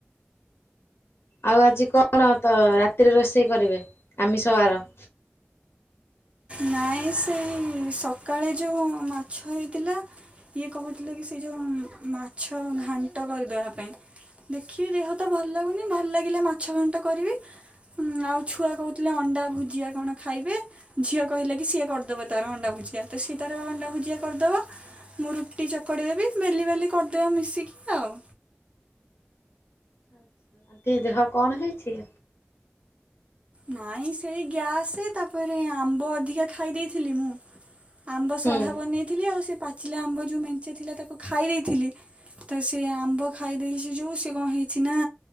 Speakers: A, on the left; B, on the right.
A: ଆଉ ଆଜି କଣ ତ ରାତିରେ ରୋଷେଇ କରିବେ ଆମିଷ ବାର?
B: ନାଇଁ ସେଇ ସକାଳେ ଯୋଉ ମାଛ ହେଇଥିଲା ଇଏ କହୁଥିଲେ କି ସେ ଯୋଉ ମାଛ ଘାଣ୍ଟ କରିଦବା ପାଇଁ। ଦେଖିବି ଦେହ ତ ଭଲ୍ ଲାଗୁନି, ଭଲ ଲାଗିଲେ ମାଛ ଘାଣ୍ଟ କରିବି। ହୁଁ, ଆଉ ଛୁଆ କହୁଥିଲେ ଅଣ୍ଡା ଭୁଜିଆ କଣ ଖାଇବେ। ଝିଅ କହିଲା କି ସିଏ କରିଦବ ତାର ଅଣ୍ଡା ଭୁଜିଆ, ତ ସିଏ ତାର ଅଣ୍ଡା ଭୁଜିଆ କରିଦବ। ମୁଁ ରୁଟି ଚକଡ଼ି ଦେବି, ବେଲି ବାଲି କରିଦେବା ମିଶିକି ଆଉ।
A: ଆଚ୍ଛା <unintelligible> <unintelligible> ଦେହ କଣ ହେଇଚି?
B: ନାଇଁ ସେଇ ଗ୍ୟାସେ, ତାପରେ ଆମ୍ବ ଅଧିକା ଖାଇ ଦେଇଥିଲି ମୁଁ ଆମ୍ବ ସଢ଼ା
A: ହୁଁ।
B: ବନେଇଥିଲି, ଆଉ ସେ ପାଚିଲା ଆମ୍ବ ଯୋଉ ମେଞ୍ଚେ ଥିଲା ତାକୁ ଖାଇ ଦେଇଥିଲି ତ ସେ ଆମ୍ବ ଖାଇଦେଇଚି ଯୋଉ ସେ କଣ ହେଇଚି ନା